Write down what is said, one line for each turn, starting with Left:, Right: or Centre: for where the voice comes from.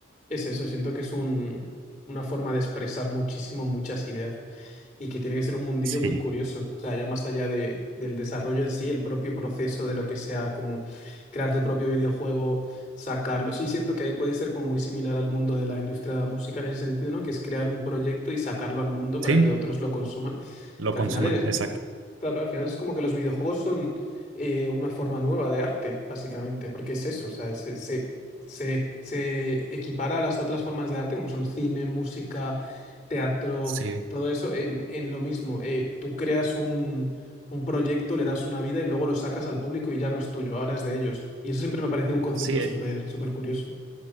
Left: es eso, siento que es un, una forma de expresar muchísimo muchas ideas y que tiene que ser un mundillo
Right: Sí,
Left: muy curioso, o sea, ya más allá de, del desarrollo en sí, el propio proceso de lo que sea, como crear tu propio videojuego, sacarlo, sí siento que ahí puede ser como muy similar al mundo de la industria de la música en ese sentido, ¿no? Que es crear un proyecto y sacarlo al mundo
Right: sí,
Left: para que otros lo consuman
Right: lo
Left: que
Right: consumen
Left: al final es
Right: exacto.
Left: Claro, al final es como que los videojuegos son eh, una forma nueva de arte, básicamente, porque es eso, o sea, se, se, se, se equipara a las otras formas de arte, como son cine, música, teatro,
Right: Sí,
Left: todo eso, en, en lo mismo. Eh, tú creas un, un proyecto, le das una vida y luego lo sacas al público y ya no es tuyo, ahora es de ellos. Y eso siempre me ha parecido un concepto
Right: sí.
Left: súper, súper curioso.